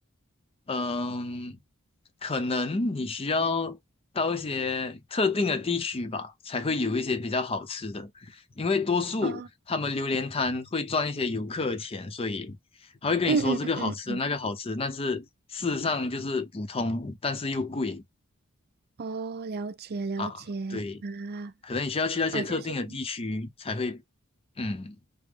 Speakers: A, on the left; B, on the right.
A: 嗯，可能你需要到一些特定的地区吧，才会有一些比较好吃的。因为多数他们榴莲摊会赚一些游客的钱，
B: 哦，
A: 所以他会跟你说这个好吃，
B: 嗯嗯嗯，
A: 那个好吃，但是事实上就是普通，但是又贵
B: 哦，了解了解啊，
A: 啊。对，可能你需要去那些特定的地区才会，
B: 哦，就是
A: 嗯，